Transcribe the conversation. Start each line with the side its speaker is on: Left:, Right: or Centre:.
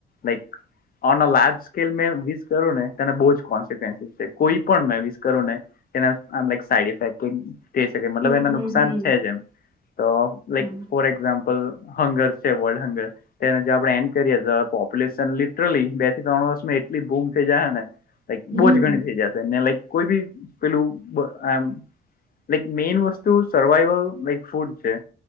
Left: લાઈક અનલાજ મે વિસ કરુને તે બહ જ કોન્સસ છે, કોઈ પણ મે વિસ કરુ ને તેના આમ ઇ સાઈડી ઇફેક્ટીગ તે શકે મતલબ
Right: હમ
Left: એના
Right: હમ
Left: નુકસાન
Right: હમ
Left: છે જ એમ તો લાઈક
Right: હા
Left: ફોર એક્ઝામ્પલ હંગર છે વર્લ્ડ હંગર તેને આપણે એન્ડ કરીએ તો પોપ્યુલેશન લિટરલી બે થી ત્રણ વર્ષ મા એટલી બૂમ થઈ જશે ને એક
Right: હમ
Left: બહુ જ ઘણી થઈ જશેને લક કોઈ બી પેલું બ એમ મે મેઈન વસ્તુ સર્વાઈવલ લાઈક ફૂડ છે.